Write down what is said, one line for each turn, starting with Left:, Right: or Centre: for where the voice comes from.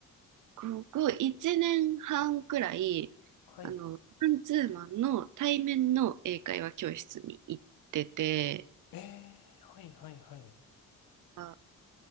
Right: ここ1年半くらい、
Left: はい。
Right: あの、マンツーマンの対面の英会話教室に行ってて、
Left: ええ、はいはいはい。
Right: あ、